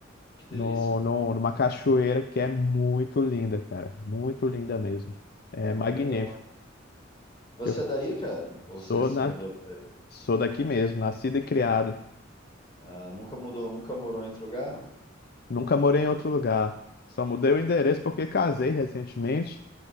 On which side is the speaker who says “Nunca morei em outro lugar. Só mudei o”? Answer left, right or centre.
Left